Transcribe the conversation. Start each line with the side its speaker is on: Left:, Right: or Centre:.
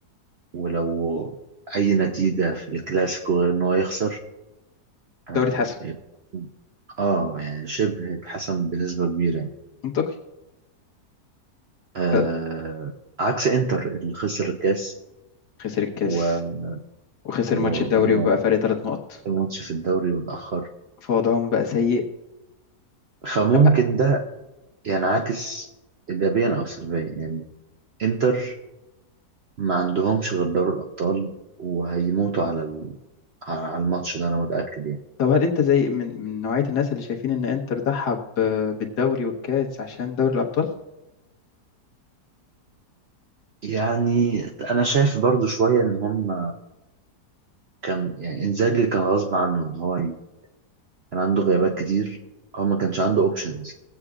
Right: ولو أي نتيجة في الكلاسيكو غير إن هو يخسر آه
Left: دوري اتحسم
Right: يبقى- آه، يعني شبه اتحسم بنسبة كبيرة يعني.
Left: منطقي
Right: آه
Left: ف-
Right: عكس إنتر اللي خسر الكاس
Left: خسر الكاس
Right: و
Left: وخسر
Right: و-
Left: ماتش الدوري
Right: آه،
Left: وبقى فرق ثلاث نقط
Right: الماتش في الدوري واتأخر
Left: فوضعهم بقى سيء
Right: فممكن
Left: طب
Right: ده يعني عاكس إيجابيا أو سلبيا يعني إنتر ما عندهمش غير دوري الأبطال وهيموتوا على ال- على على الماتش ده أنا متأكد يعني
Left: طب هل انت زي من من نوعية الناس اللي شايفين ان انتر ضحى ب- بالدوري والكاس عشان دوري الابطال
Right: يعني أنا شايف برضو شوية إن هم كان يعني إنزاجي كان غصب عنه إن هو ي- كان عنده غيابات كتير هو ما كانش عنده أوبشنز